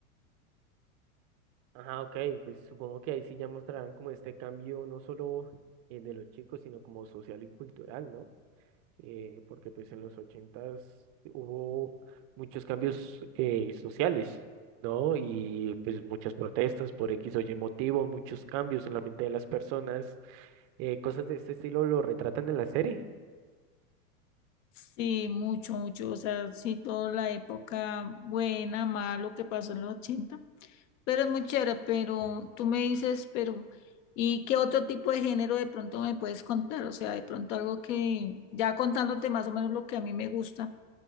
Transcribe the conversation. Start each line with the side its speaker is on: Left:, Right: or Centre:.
Right: Ajá, ok, pues supongo que ahí sí ya mostrarán como este cambio no solo eh, de los chicos, sino como social y cultural, ¿no? Eh, porque pues en los ochentas hubo muchos cambios eh, sociales, ¿no? Y pues muchas protestas por X o Y motivo, muchos cambios en la mente de las personas, eh, cosas de este estilo lo retratan en la serie.
Left: Sí, mucho, mucho, o sea, sí, toda la época buena, malo lo que pasó en los ochenta pero es muy chévere, pero tú me dices, pero, ¿y qué otro tipo de género de pronto me puedes contar? O sea, de pronto algo que, ya contándote más o menos lo que a mí me gusta,